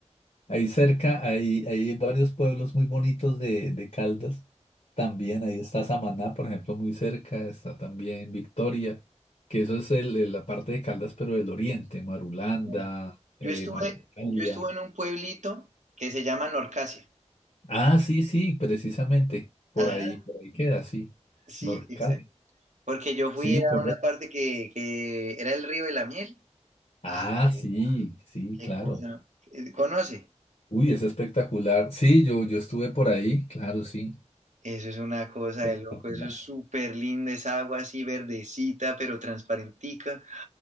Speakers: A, on the left; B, on the right.
A: Ahí cerca hay, hay varios pueblos muy bonitos de, de Caldas. También ahí está Samaná, por ejemplo, muy cerca. Está también Victoria, que eso es el- el- la parte de Caldas, pero del oriente, Marulanda,
B: Ya.
A: eh,
B: Yo estuve,
A: Marcalia.
B: yo estuve en un pueblito que se llama Norcasia.
A: Ah, sí, sí, precisamente. Por
B: Ajá,
A: ahí, por ahí queda, sí.
B: sí,
A: Norcal.
B: exacto. Porque yo fui
A: Sí,
B: a
A: correcto.
B: una parte que, que era el río de la miel. Ah,
A: Ah,
B: no,
A: sí, sí,
B: qué
A: claro.
B: cosa. Eh, ¿Conoce?
A: Uy, es espectacular. Sí, yo, yo estuve por ahí, claro, sí.
B: Eso es una cosa
A: Espectacular.
B: de loco, eso es súper lindo, esa agua así verdecita, pero transparentica.